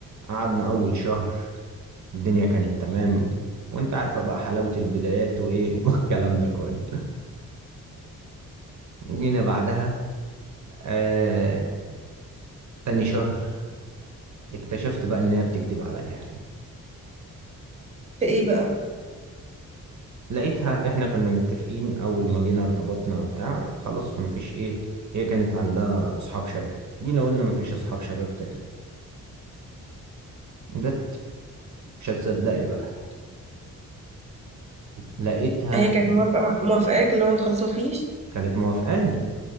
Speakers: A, on the right; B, on the right.
A: قعدنا أول شهر الدنيا كانت تمام وانت عارفة بقى حلاوة البدايات وايه <laughs> والكلام ده كله جينا بعدها آه تاني شهر اكتشفت بقى ان هي بتكذب عليا
B: في ايه بقى
A: لقيتها احنا كنا متفقين اول ما جينا ارتبطنا وبتاع خلاص مفيش ايه هي كانت عندها اصحاب شباب جينا قلنا مفيش اصحاب شباب تاني جت مش هتصدقي بقى لقيتها
B: هي كانت موافقة مع... موافقاك اللي هو خلاص مفيش
A: كانت موافقاني